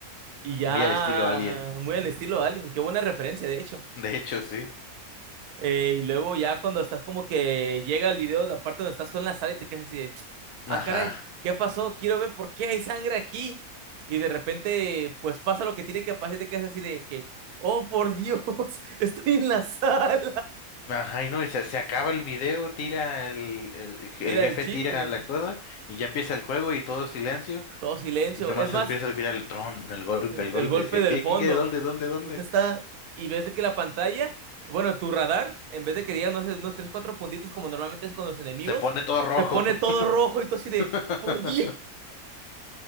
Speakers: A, on the right (about 85°); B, on the left (about 70°).
A: y ya,
B: muy al estilo Alien.
A: muy al estilo de alguien, qué buena referencia, de hecho.
B: <laughs> De hecho, sí.
A: Eh, y luego ya cuando estás como que llega el video, la parte donde estás tú en la sala y te quedas así de, ah,
B: Ajá.
A: caray, ¿qué pasó? Quiero ver por qué hay sangre aquí. Y de repente, pues pasa lo que tiene que pasar y te quedas así de que, oh, por Dios, <laughs> estoy en la sala.
B: Ajá, y no, y se, se acaba el video, tira el, el,
A: Tira
B: el jefe
A: el chip,
B: tira
A: eh,
B: la cosa y ya empieza el juego y todo silencio.
A: todo silencio.
B: Y nomás
A: Es más,
B: empieza a escuchar el tron, el golpe,
A: el
B: el golpe.
A: el golpe
B: Y es que,
A: del
B: ¿qué,
A: fondo.
B: qué, qué? ¿Dónde, dónde, dónde?
A: ¿Dónde está? Y ves de que la pantalla, bueno, tu radar, en vez de que diga, no sé, unos tres, cuatro puntitos como normalmente es con los enemigos,
B: Se pone todo rojo.
A: te pone todo rojo y tú así de,
B: <laughs>
A: por Dios.